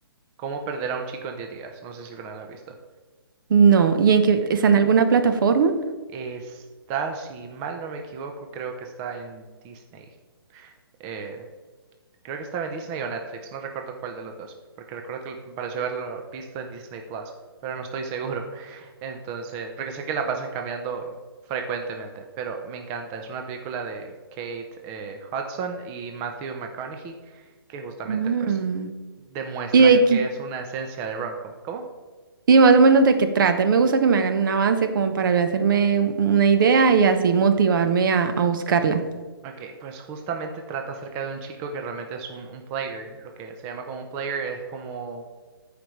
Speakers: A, on the right; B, on the right.
A: Cómo perder a un chico en diez días. No sé si alguna vez la has visto.
B: No, ¿y en qué,
A: Mira,
B: está en alguna plataforma?
A: Está, si mal no me equivoco, creo que está en Disney. Eh, Creo que estaba en Disney o Netflix, no recuerdo cuál de los dos, porque recuerdo que me pareció haberlo visto en Disney Plus, pero no estoy seguro. <laughs> Entonces, porque sé que la pasan cambiando frecuentemente, pero me encanta. Es una película de Kate eh, Hudson y Matthew McConaughey que justamente
B: Mm.
A: pues demuestran
B: ¿Y de qué?
A: que es una esencia de romcom. ¿Cómo?
B: Y más o menos de qué trata. Me gusta que me hagan un avance como para yo hacerme un- una idea y así motivarme a, a buscarla.
A: Ok, pues justamente trata acerca de un chico que realmente es un, un player. Lo que se llama como un player es como